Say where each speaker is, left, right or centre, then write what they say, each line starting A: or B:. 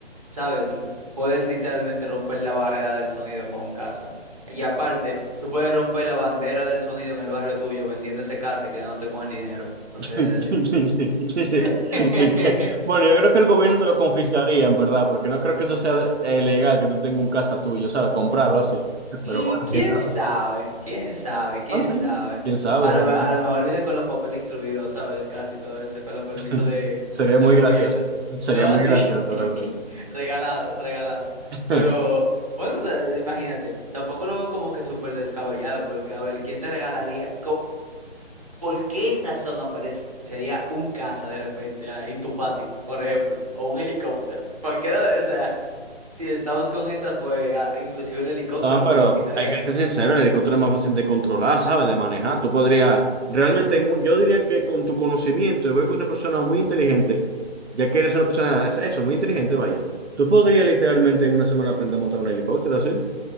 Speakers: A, on the right (about 35°); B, on the right (about 75°).
A: ¿sabes? L- Puedes literalmente romper la barrera del sonido con un casa. Y aparte, tú puedes romper la bandera del sonido en el barrio tuyo vendiendo ese casa y quedándote con el dinero. O
B: <laughs> De
A: sea, <laughs>
B: que- Bueno, yo creo que el gobierno te lo confiscaría, en verdad, porque no creo que eso sea eh, legal, que tú tengas un casa tuyo, ¿sabes? Comprarlo así.
A: Mm,
B: Pero bueno,
A: ¿quién
B: quién sabe.
A: sabe? ¿Quién sabe? ¿Quién
B: Ah, sí,
A: sabe?
B: quién sabe
A: A
B: realmente.
A: lo, me- a lo mejor viene con los papeles incluidos, ¿sabes? Del caso y todo eso, con los permisos
B: <laughs>
A: de,
B: Sería muy
A: del gobierno.
B: gracioso. Sería
A: No,
B: muy
A: sí.
B: gracioso
A: <laughs>
B: realmente.
A: Regalado, regalado.
B: <laughs>
A: Pero, bueno, o sea, imagínate, tampoco lo veo como que súper descabellado, porque, a ver, ¿quién te regalaría? ¿Por qué razón aparecería un caza de repente ahí en tu patio, por ejemplo? O un helicóptero. Cualquiera, o sea, si estamos con esa, pues a- inclusive el helicóptero
B: Ah, pero
A: te lo quitarían.
B: hay que ser sincero, el helicóptero es más fácil de controlar, ¿sabes? De manejar. Tú podrías, realmente, en un- yo diría que con tu conocimiento, yo veo que una persona muy inteligente, ya que eres una persona, es- eso, muy inteligente, vaya, tú podrías literalmente en una semana aprender a montar un helicóptero así.